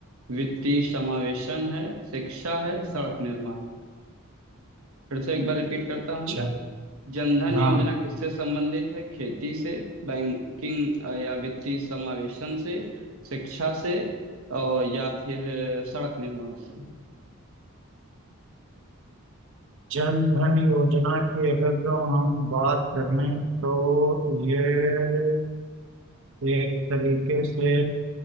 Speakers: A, on the right (about 80°); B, on the right (about 65°).
A: वित्तीय समावेशन है शिक्षा है सड़क निर्माण है फिर से एक बार रिपीट करता
B: अच्छा।
A: हूँ जनधन
B: हाँ
A: योजना किससे संबंधित है खेती से बैंकिंग अ, या वित्तीय समावेशन से शिक्षा से और या फिर अ, सड़क निर्माण से
B: जन धन योजना की अगर जो हम बात करें तो ये एक तरीके से